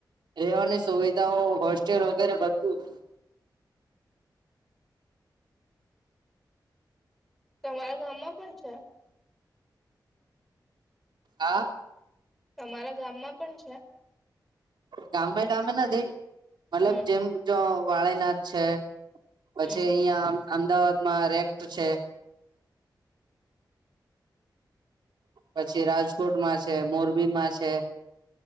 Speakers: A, on the right (about 80°); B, in the centre.
A: રેવાની સુવિધાઓ હોસ્ટેલ વગેરે બધું.
B: તમારા ગામમાં પણ છે.
A: હા.
B: તમારા ગામમાં પણ છે.
A: ગામે ગામે નથી મતલબ
B: હમ
A: જેમ જો વાળીનાથ છે. પછી
B: હમ
A: અહિયાં અમદાવાદમાં રેક્ટ છે. પછી રાજકોટમાં છે મોરબીમાં છે